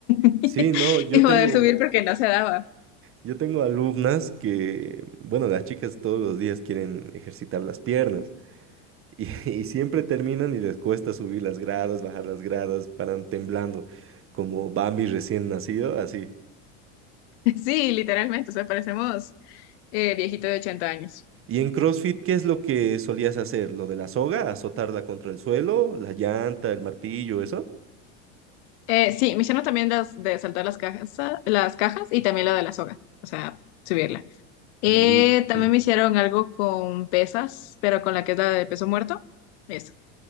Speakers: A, on the left; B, on the right.
A: <laughs>
B: Sí, no, yo
A: y poder
B: tengo,
A: subir porque no se daba. <laughs>
B: yo tengo alumnas que, bueno, las chicas todos los días quieren ejercitar las piernas. Y, <laughs> y siempre terminan y les cuesta subir las gradas, bajar las gradas, paran temblando, como Bambi recién nacido, así.
A: Sí, literalmente, o sea, parecemos eh, viejito de 80 años.
B: Y en CrossFit, ¿qué es lo que solías hacer? ¿Lo de la soga? ¿Azotarla contra el suelo? ¿La llanta, el martillo, eso?
A: Eh, sí, me hicieron también las de saltar las cajas, las cajas y también la de la soga, o sea, subirla. Eh,
B: Mm,
A: también
B: mm.
A: me hicieron algo con pesas, pero con la que es la de peso muerto. Eso.